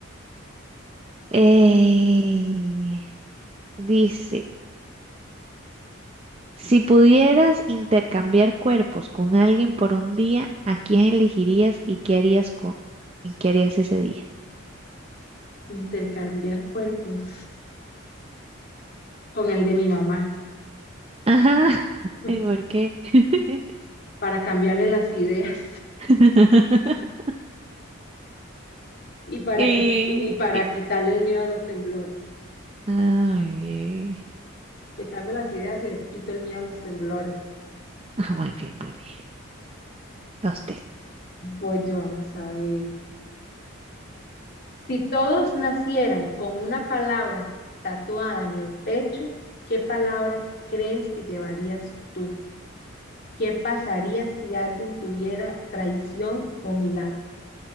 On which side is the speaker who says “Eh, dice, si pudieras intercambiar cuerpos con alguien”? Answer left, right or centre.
Right